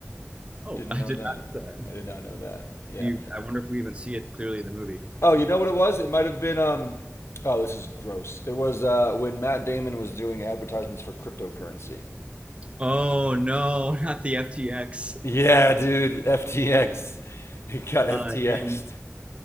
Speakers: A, on the right (about 25°); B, on the left (about 70°).
A: oh,
B: didn't
A: I
B: know
A: did
B: that
A: not know that.
B: I did not know that yeah
A: Do you, I wonder if we even see it clearly in the movie.
B: Oh, you know what it was? It might have been. Um, oh, this is gross. It was uh, when Matt Damon was doing advertisements for cryptocurrency.
A: Oh no, <laughs> not the FTX.
B: Yeah, dude, FTX. It got FTXed.
A: Uh, and